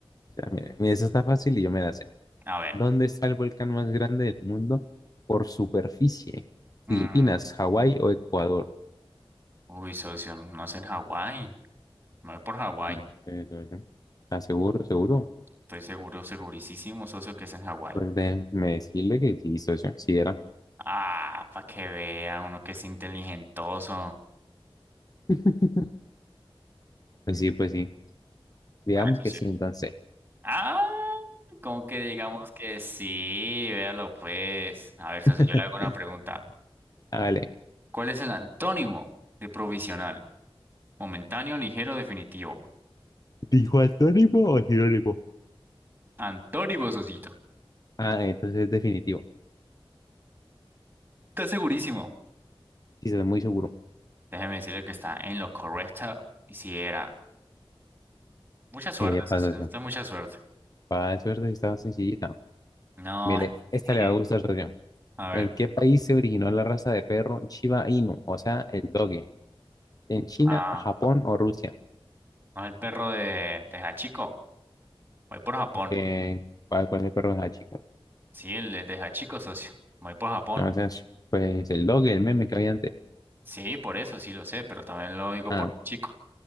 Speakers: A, on the left; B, on the right.
A: sea, mira, mira, eso está fácil y yo me la sé.
B: A ver.
A: ¿Dónde está el volcán más grande del mundo por superficie?
B: mm,
A: ¿Filipinas, Hawái o Ecuador?
B: Uy, socio, no es en Hawái. Me voy por Hawái.
A: No sé, socio. ¿Estás seguro, seguro?
B: Estoy seguro, segurísimo, socio, que es en Hawái.
A: Pues déjeme decirle que sí, socio. Sí era.
B: Ah, para que vea uno que es inteligentoso.
A: <laughs> Pues sí, pues sí. Digamos
B: Eso
A: que
B: sí.
A: sí, entonces.
B: Ah, como que digamos que sí, véalo pues. A ver, socio,
A: <laughs>
B: yo le hago una pregunta.
A: Vale.
B: ¿Cuál es el antónimo de provisional? Momentáneo, ligero, definitivo.
A: ¿Dijo antónimo o sinónimo?
B: Antonio Ososito.
A: Ah, entonces es definitivo.
B: Está segurísimo.
A: Sí, se ve muy seguro.
B: Déjeme decirle que está en lo correcto. Y si era. Mucha suerte,
A: Eh, para
B: socio.
A: socio.
B: Usted mucha suerte.
A: Para suerte, sí está sencillita.
B: No.
A: Mire, esta
B: <laughs>
A: le va a gustar, socio.
B: A ver.
A: ¿En qué país se originó la raza de perro Shiba Inu? O sea, el doge. ¿En China,
B: Ah,
A: Japón o Rusia?
B: no es el perro de, de Hachiko. Voy por Japón.
A: Eh, ¿cuál, cuál es el perro de chico?
B: Sí, el el de Hachiko, socio. Voy por Japón.
A: O sea, pues el doge, el meme que había antes.
B: Sí, por eso, sí lo sé, pero también lo digo
A: Ah,
B: por Hachiko.